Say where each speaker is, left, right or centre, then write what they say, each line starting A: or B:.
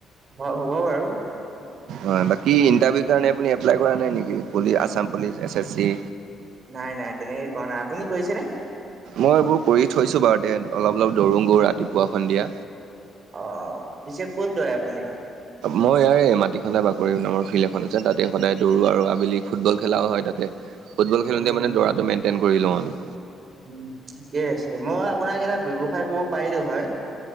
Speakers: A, on the right; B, on the right.
A: অ' হ'ব বাৰু।
B: হয় বাকি ইটাৰভিউ কাৰনে আপুনি এপ্লাই কৰা নাই নেকি? পুলি Assam police S S C.
A: নাই নাই তেনেকে কৰা নাই, আপুনি কৈছে নে?
B: মই এইবোৰ কৰি থৈছো বাৰু তে অলপ অলপ দৰো গো ৰাতিপুৱা সন্ধিয়া।
A: অ' পিছে ক'ত দৰে আপুনি?
B: মই ইয়াৰে মাটি সন্দা বাকৰি নামৰ ফিল্ড এখন আছে তাতে সদায় দৰু আৰু আবেলি ফুটবল খেলাও হয় তাতে। ফুটবল খেলোঁতে
A: উম।
B: মানে দৰাটো মেইনটেইন কৰি লওঁ আমি।
A: উম ঠিকে আছে, মই আপোনাক এটা ব্যৱসায় ক'ব পাৰিলোঁ হয়।